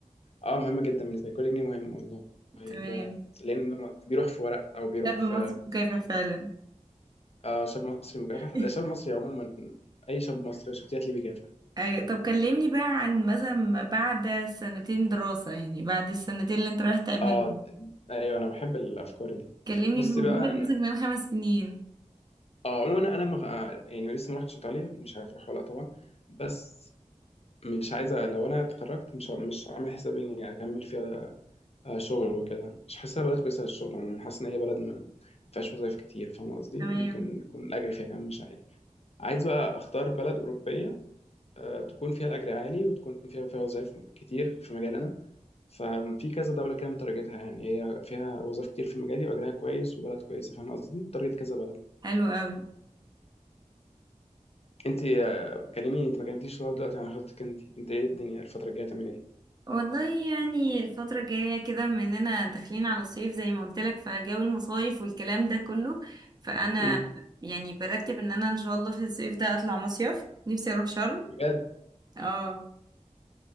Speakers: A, on the left; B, on the right.
A: اه مهمه جدا بالنسبه لي كل جنيه مهم والله ال-
B: تمام
A: لان بيروح في ورق او بيروح
B: شاب
A: في
B: مصري مكافح فعلا
A: آه شاب مصري مكافح
B: <laughs>
A: آه، شاب مصري عموما اي شاب مصري لو شفتيه هتلاقيه بيكافح
B: أي طب كلمني بقى عن مثلا ما بعد سنتين دراسة يعني بعد السنتين اللي انت رايح تعملهم
A: اه ايوه انا بحب الافكار دي
B: كلمني
A: بص
B: في وجودك
A: بقى أنا-
B: مثلا كمان خمس سنين
A: اه عموما انا مغ... يعني لسه ما رحتش ايطاليا مش عارف اروح ولا لأ طبعا بس مش عايزه لو انا اتخرجت مش ه- مش عامل حسابي اني اكمل فيها آه، شغل وكده مش حاسسها بلد كويسه للشغل عموما حاسس ان هي بلد ما ما فيهاش وظايف كتير فاهم قصدي
B: تمام
A: وممكن يكون الاجر فيها كمان مش عالي عايز بقى اختار بلد اوروبيه آه، تكون فيها الاجر عالي وتكون فيها فيها وظايف كتير في مجالنا ففي كذا دولة كده مترجتها يعني هي فيها وظائف كتير في مجالي وأجرها كويس وبلد كويسة فاهم قصدي مترجت كذا بلد
B: حلو قوي
A: أنت آه، كلميني أنت ما كلمتيش لغاية دلوقتي عن خطتك أنت أنت إيه الدنيا الفترة الجاية تعمل إيه؟
B: والله يعني الفترة الجاية كده بما اننا داخلين على الصيف زي ما قلت لك فجو المصايف والكلام ده كله فأنا
A: امم
B: يعني برتب ان انا ان شاء الله في الصيف ده اطلع مصيف نفسي اروح شرم
A: بجد
B: اه